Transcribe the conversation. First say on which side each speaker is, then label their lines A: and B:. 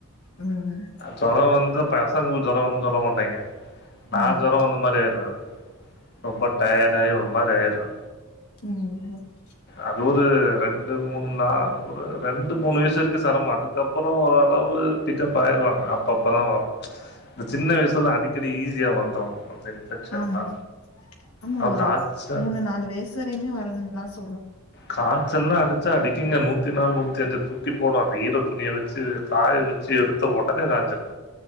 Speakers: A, on the left; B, on the left.
A: ம் ம்
B: ஜொர வந்து பசங்களுக்கு ஜொர வந்துதுன் செல்ல மாட்டாங்க நா
A: ம்
B: ஜொர வந்த மாரி ஆயிருவே ரொம்ப டயர்ட் ஆயி ஒரு மாரி ஆய்ருவே
A: ம்
B: அது ஒரு ரெண்டு மூணு நா ஒரு ரெண்டு மூணு வயசு வரைக்கு செரம அதுக்கப் அப்புற ஓரளவு பிக்கப் ஆயிருவாங்க அ அப்பதா வரு இந்த சின்ன வயசுலதா அடிக்கடி ஈஸியா வந்துரு இன்ஃபெக்ஷன்லா
A: ஆமா ஆமா
B: அது
A: ஒரு
B: காய்ச்ச
A: மூணு நாலு வயசு வரையுமே வரன்லா சொ
B: காய்ச்சல்லா அடிச்சா அடிக்குங்க நூத்தி நாளு நூத் தஞ்சு துக்கி போடு அந்த ஈர துணிய வச்சு காய வச்சு எடுத்த ஒடனே காஞ்சிடு